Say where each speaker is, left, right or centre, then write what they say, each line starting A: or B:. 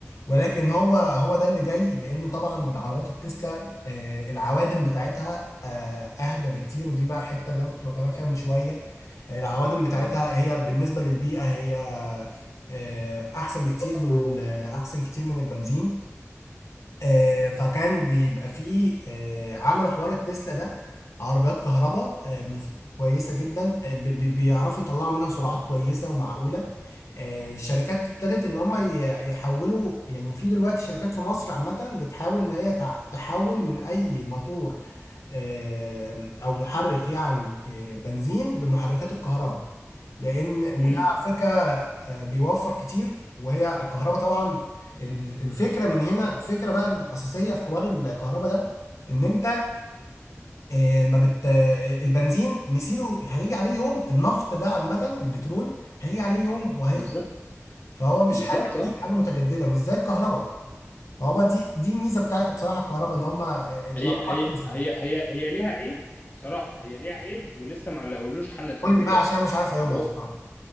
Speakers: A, on the left; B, on the left.
A: ولكن هو هو ده اللي جاي لان طبعا العربيات التسلا آه، العوادم بتاعتها آه، اهدى بكتير ودي بقى حته اللي انا كنت بكلمك فيها من شويه العوادم بتاعتها هي بالنسبة للبيئة هي آه، أحسن بكتير من ال- أحسن كتير من البنزين آه، فكان بيبقى فيه آه، عملوا حوار التسلا ده عربيات كهرباء آه، مف- كويسة جدا آه، بي- بي- بيعرفوا يطلعوا منها سرعات كويسة ومعقولة آه، الشركات ابتدت ان هم ي- يحولوا يعني في دلوقتي شركات في مصر عامة بتحاول ان هي تع- تحول من اي موتور آه، او محرك يعني آه، بنزين لمحركات الكهرباء لان وده
B: امم
A: على فكرة آه، بيوفر كتير وهي الكهرباء طبعا ال- الفكرة من هنا الفكرة بقى الأساسية في حوار الكهرباء ده ان انت آه، ما بت آه، البنزين مثيله هيجي عليه يوم النفط ده عامة البترول هيجي عليه يوم وهيخلص
B: بالظبط
A: فهو مش
B: بالظبط
A: حاجه
B: اه
A: مش حاجه متجدده مش زي الكهرباء فهو دي دي الميزه بتاعت بصراحه الكهرباء ان هم الكهرباء
B: هي هي
A: رخيصه
B: هي هي هي ليها عيب بصراحه هي ليها عيب ولسه ما لقولوش حل لحد
A: قول
B: دلوقتي
A: لي بقى عشان مش عارف عيوبها
B: هو
A: بصراحه